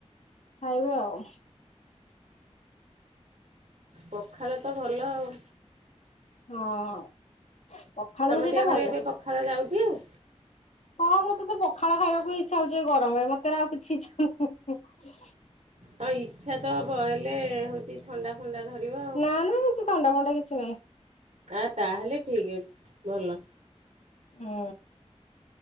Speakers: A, on the left (about 75°); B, on the right (about 80°).
A: ଖାଇବେ ଆଉ।
B: ପଖାଳ ତ ଭଲ ଆଉ।
A: ହଁ। ପଖାଳକୁ
B: ତମ
A: ସେଇଟା
B: ଦେହରେ
A: ଭଲ
B: ଏବେ
A: ଲାଗେ।
B: ପଖାଳ ଯାଉଛି ଆଉ?
A: ହଁ ମତେ ତ ପଖାଳ ଖାଇବାକୁ ଇଚ୍ଛା ହଉଛି ଗରମରେ ମତେ ଆଉ କିଛି ଇଚ୍ଛା ହିଁ-ହିଁ-ହିଁ।
B: ହଁ ଇଚ୍ଛା ତ ହବ ହେଲେ ହଉଛି ଥଣ୍ଡା ଫଣ୍ଡା ଧରିବ। ଆଉ
A: ନା-ନା କିଛି ଥଣ୍ଡା ଫଣ୍ଡା କିଛି ନାହିଁ।
B: ଆ ତାହେଲେ ଠିକ୍ ଅଛି ଭଲ।
A: ହୁଁ।